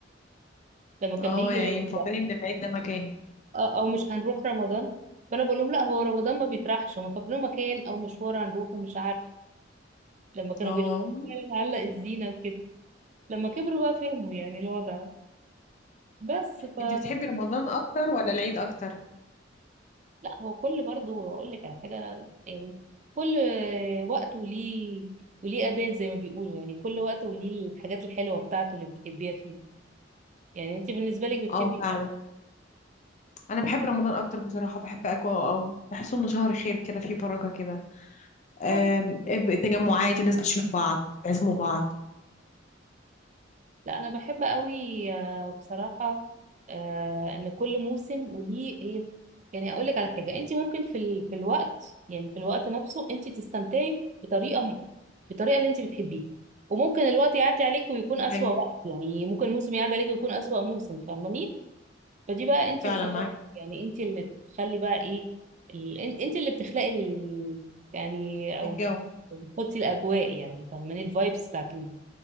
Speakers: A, on the right; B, on the left.
A: لما كان
B: اه
A: بيجي
B: يعني
A: العيد
B: مفكرين
A: بقى
B: ان العيد ده مكاني
A: آه، او مش هنروح رمضان فانا بقول لهم لا هو رمضان ما بيطرحش هم فاكرين مكان او مشوار هنروحه مش عارف لما كانوا
B: اه
A: بيلاقوا فعلا علق الزينه وكده لما كبروا بقى فهموا يعني الوضع بس ف
B: انت بتحبي رمضان اكتر ولا العيد اكتر
A: لا هو كل برضو اقول لك على حاجه يعني كل وقت وليه وليه اذان زي ما بيقولوا يعني كل وقت وليه الحاجات الحلوه بتاعته اللي بتحبيها فيه يعني انت بالنسبه لك بتحبي
B: اه فعلا
A: ايه أكتر؟
B: انا بحب رمضان اكتر بصراحه بحب اجواءه قوي بحس انه شهر خير كده فيه بركه كده آم،
A: اه طبعا.
B: تجمعات الناس بتشوف بعض تعزموا بعض
A: لا انا بحب قوي آه، بصراحه آه، ان كل موسم وليه ايه يعني اقول لك على حاجه انت ممكن في ال... في الوقت يعني في الوقت نفسه انت تستمتعي بطريقه م- بالطريقه اللي انت بتحبيها وممكن الوقت يعدي عليك ويكون اسوأ
B: ايوه
A: وقت يعني ممكن الموسم يعدي عليك ويكون اسوأ موسم فاهماني فدي بقى انت
B: فعلا
A: وشطارتك
B: معاك
A: يعني انت اللي تخلي بقى ايه ال... ان- انت اللي بتخلقي ال... يعني او
B: الجو
A: بتحطي الاجواء يعني فاهماني الفايبس بتاعت